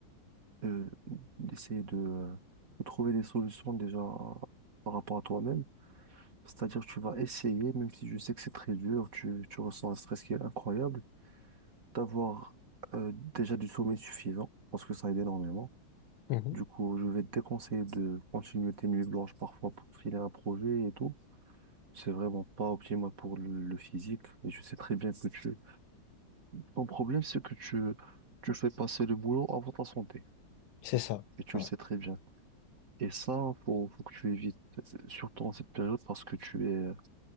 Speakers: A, on the right; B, on the left.
A: euh, d'essayer de, euh, de trouver des solutions déjà euh, par rapport à toi-même. C'est-à-dire, tu vas essayer, même si je sais que c'est très dur, tu, tu ressens un stress qui est incroyable, d'avoir euh, déjà du sommeil suffisant, parce que ça aide énormément.
B: Mhm.
A: Du coup, je vais te déconseiller de continuer tes nuits blanches parfois pour filer un projet et tout. C'est vraiment pas optimal pour le le physique. Et je sais très bien que tu... Ton problème, c'est que tu, tu fais passer le boulot avant ta santé.
B: C'est ça,
A: Et tu
B: ouais,
A: le sais très bien. Et ça, faut, faut que tu évites, euh, surtout en cette période, parce que tu es, euh,